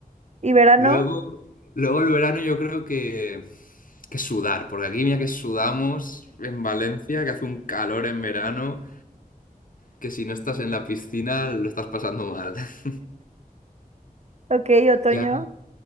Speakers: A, on the right; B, on the left.
A: Y verano,
B: Luego, luego el verano yo creo que, que sudar, porque aquí mira que sudamos en Valencia, que hace un calor en verano, que si no estás en la piscina lo estás pasando mal. <laughs>
A: ok, otoño,
B: Ya,